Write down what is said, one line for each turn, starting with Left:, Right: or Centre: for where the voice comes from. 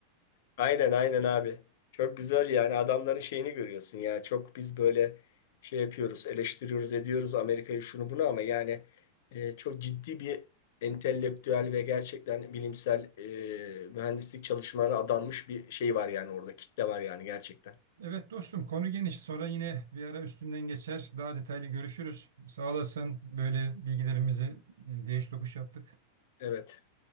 Left: Aynen aynen abi. Çok güzel yani adamların şeyini görüyorsun ya. Çok biz böyle şey yapıyoruz, eleştiriyoruz, ediyoruz Amerika'yı şunu bunu ama yani e, çok ciddi bir entelektüel ve gerçekten bilimsel e, mühendislik çalışmalarına adanmış bir şey var yani orada kitle var yani gerçekten.
Right: Evet dostum konu geniş. Sonra yine bir ara üstünden geçer. Daha detaylı görüşürüz. Sağ olasın böyle bilgilerimizi e, değiş tokuş yaptık.
Left: Evet.